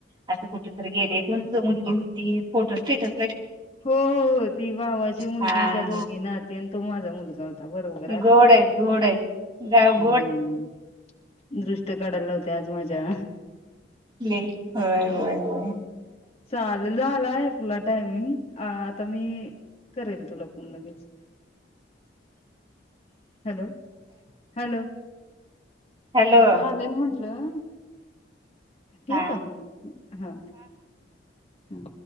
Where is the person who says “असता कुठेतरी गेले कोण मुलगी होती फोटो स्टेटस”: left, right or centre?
Right